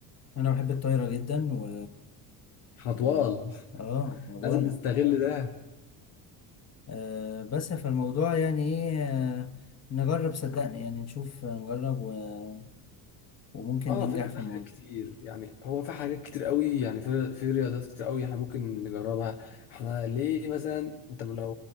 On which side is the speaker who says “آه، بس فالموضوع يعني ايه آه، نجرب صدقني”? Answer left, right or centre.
Left